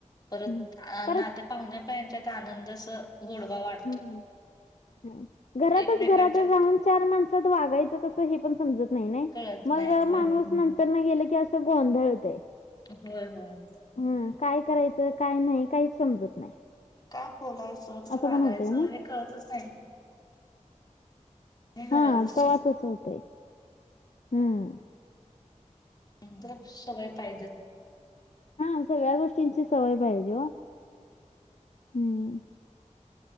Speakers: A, on the left; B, on the left.
A: परत
B: हम्म, परत
A: नात्यात पाहुण्या पैयच्यात आनंद असं गोडवा वाढ
B: हं, घरातच
A: एकमेकांच्यात
B: घरातच राहून चार माणसात वागायचं कसं हे पण समजत नाही नाही,
A: कळत
B: मग
A: नाही होय
B: माणूस नंतर न गेलं की असं गोंधळतय.
A: होय होय.
B: हम्म, काय करायचं काय नाही काहीच समजत नाही.
A: काय बोलायचं कसं
B: असं
A: वागायचं
B: पण होतंय ना?
A: हे कळतच नाही आणि
B: हा
A: घरात बसून
B: तवा तसं होतय, हम्म.
A: <unintelligible> सगळं पायजेच
B: हा सगळ्या गोष्टींची सवय पायजे ओ,, हम्म.